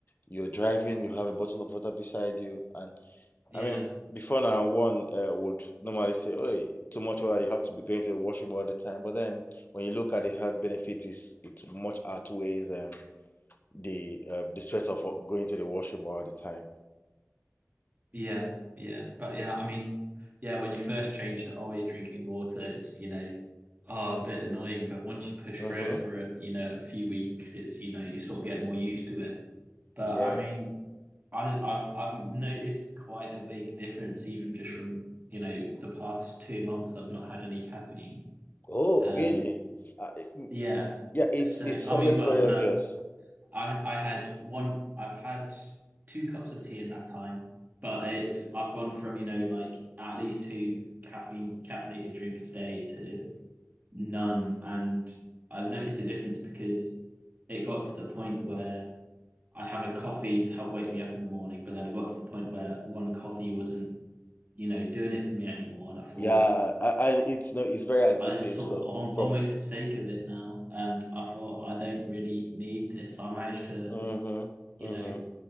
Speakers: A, on the left; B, on the right.
A: you're driving, you have a bottle of water beside you, and
B: yeah,
A: I mean, before now, one uh, would normally say, "Oh, too much water. You have to be going to the washroom all the time." But then, when you look at the health benefits, it's, it much outweighs um, the uh, the stress of going to the washroom all the time.
B: yeah, yeah. But yeah, I mean, yeah, when you first change to always drinking water, it's you know oh, a bit annoying. But once you push
A: Mm-hmm.
B: through it for a, you know a few weeks, it's you know you sort of get more used to it. But
A: Yeah.
B: I mean, I, I've I've noticed quite a big difference even just from, you know, the past two months I've not had any caffeine.
A: Oh,
B: Um,
A: really? Uh, it- mm,
B: yeah.
A: yeah. It's
B: So
A: it's
B: I
A: always
B: mean, well,
A: very
B: no,
A: obvious.
B: I I had one. I've had two cups of tea in that time, but it's I've gone from, you know, like at least two caffeine caffeinated drinks a day to none, and I've noticed a difference because it got to the point where I'd have a coffee to help wake me up in the morning, but then it got to the point where one coffee wasn't you know, doing it for me anymore. And I thought
A: Yeah, a- and it's no, it's very addictive.
B: I was sort
A: So
B: of al-
A: from.
B: almost the sake of it now. And I thought I don't really need this. I managed to,
A: Mm-hmm.
B: you
A: Mm-hmm.
B: know,